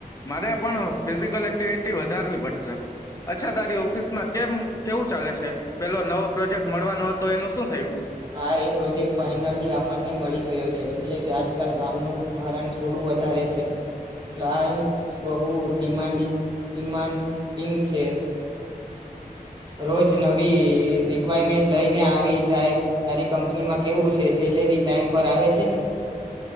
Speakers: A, on the left; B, on the right.
A: મારે પણ ફિઝિકલ એક્ટિવિટી વધારવી પડશે, અચ્છા તારી ઓફિસમાં કેમ કેવું ચાલે છે? પેલો નવો પ્રોજેક્ટ મળવાનો હતો, એનું શું થયું?
B: હા, એ પ્રોજેક્ટ ફાઈનલી આપણને મળી ગયો છે એટલે જ આજકાલ કામનું ભારણ થોડું વધારે છે, ક્લાયન્ટસ બહુ ડિમાન્ડીંગ્સ ડિમાન્ડીગ છે. રોજ નવી રિક્વાયરમેન્ટ લઈને આવી જાય. તારી કંપની માં કેવું છે સેલેરી ટાઈમ પર આવે છે? છે ને